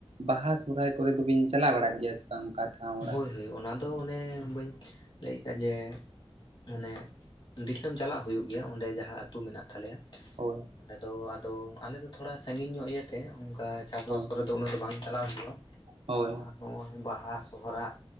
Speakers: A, on the right; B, on the left.
A: ᱵᱟᱦᱟ ᱥᱚᱦᱨᱟᱭ ᱠᱚᱨᱮ ᱫᱚᱵᱮᱱ ᱪᱟᱞᱟᱣ ᱵᱟᱲᱟᱜ ᱜᱮᱭᱟ ᱥᱮ ᱵᱟᱝ ᱚᱱᱠᱟ ᱫᱚ? ᱴᱷᱟᱶ ᱚᱲᱟᱜ
B: ᱦᱚᱭ ᱦᱚᱭ ᱚᱱᱟᱫᱚ ᱚᱱᱮ ᱵᱟᱹᱧ ᱞᱟᱹᱭ ᱠᱮᱜ ᱟ ᱡᱮ ᱢᱟᱱᱮ ᱫᱤᱥᱚᱢ ᱪᱟᱞᱟᱜ ᱦᱩᱭᱩᱜ ᱜᱮᱭᱟ ᱚᱸᱰᱮ ᱡᱟᱦᱟᱸ ᱟᱹᱛᱩ ᱢᱮᱱᱟᱜ ᱛᱟᱞᱮᱭᱟ
A: ᱦᱳᱭ
B: ᱚᱸᱰᱮ ᱫᱚ ᱟᱞᱮ ᱫᱚ ᱛᱷᱚᱲᱟ ᱥᱟᱜᱤᱧ ᱧᱚᱜ ᱤᱭᱟᱹᱛᱮ ᱚᱱᱠᱟ ᱪᱟᱥᱵᱟᱥ
A: ᱦᱳᱭ
B: ᱠᱚᱨᱮ ᱫᱚ ᱛᱚ ᱩᱱᱟᱹᱜ ᱫᱚ ᱵᱟᱝ ᱪᱟᱞᱟᱣ ᱦᱩᱭᱩᱜᱼᱟ
A: ᱦᱳᱭ
B: ᱢᱮᱱᱠᱷᱟᱱ ᱱᱚᱜᱼᱚᱭ ᱵᱟᱦᱟ ᱥᱚᱦᱚᱨᱟᱭ